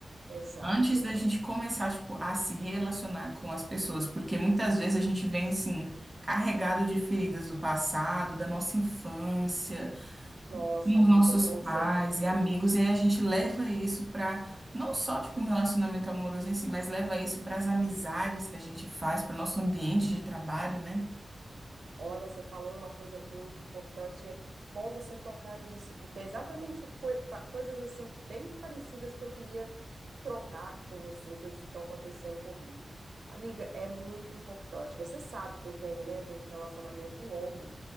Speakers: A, on the right; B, on the right.
A: exato.
B: Antes da gente começar, tipo, a se relacionar com as pessoas, porque muitas vezes a gente vem, assim, carregado de feridas do passado, da nossa infância,
A: Nossa,
B: com
A: amiga,
B: nossos
A: com
B: pais
A: certeza.
B: e amigos, e aí a gente leva isso para não só tipo um relacionamento amoroso em si, mas leva isso para as amizades que a gente faz, para o nosso ambiente de trabalho, né?
A: Olha, você falou uma coisa muito importante, e é que bom você tocar nisso, porque é exatamente o coi- pa- coisas assim bem parecidas que eu queria trocar aqui com você, coisas que estão acontecendo comigo. Amiga, é muito importante. Você sabe que eu venho, né, de um relacionamento longo.